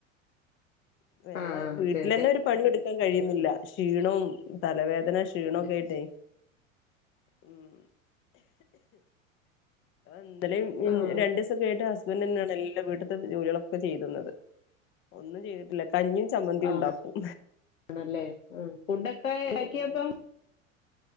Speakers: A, on the left; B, on the left.
A: ഇപ്പം നമ്മളെ
B: ആഹ്
A: വീട്ടിലെന്നെ
B: അതെ അതെ
A: ഒരു പണി എടുക്കാൻ കഴിയുന്നില്ല ക്ഷീണും തലവേദ ദന ക്ഷീണയൊക്കെ
B: പിന്നെ
A: ആയിട്ടേ ഉം ഇന്നലെയും
B: ആഹ്
A: രണ്ടു ദിവസം ആയിട്ട് ഹസ്ബൻറ് തന്നെയാണ് എല്ലാ വീട്ടും ജോലികളൊക്കെ ചെയ്തുന്നത്. ഒന്നും ചെയ്തിട്ടില്ല. കഞ്ഞിയും ചമ്മന്തിയും
B: ആ
A: ഉണ്ടാക്കും
B: ആണല്ലേ ഫുഡൊക്കെ
A: ഉം
B: ഉണ്ടാ ക്കിയോ ഇപ്പം?